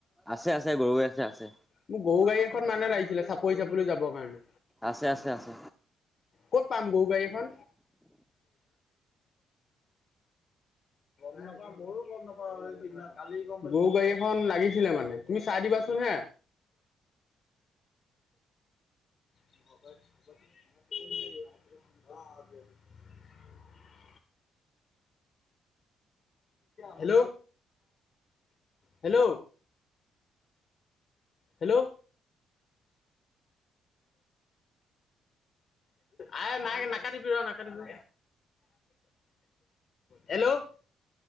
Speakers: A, in the centre; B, on the left.
A: আছে আছে গৰু গাড়ী আছে আছে
B: মোক গৰু গাড়ী এখন মানে লাগিছিলে চাপৰি চাবলৈ যাবৰ কাৰণে
A: আছে আছে আছে
B: ক'ত পাম গৰু গাড়ী এখন <unintelligible> গৰু গাড়ী এখন লাগিছিলে মানে তুমি চাই দিবা চোন হে <unintelligible> হেল্ল হেল্ল' হেল্ল' আই নাই নাকাতিবি ৰ নাকাতিবি হেল্ল'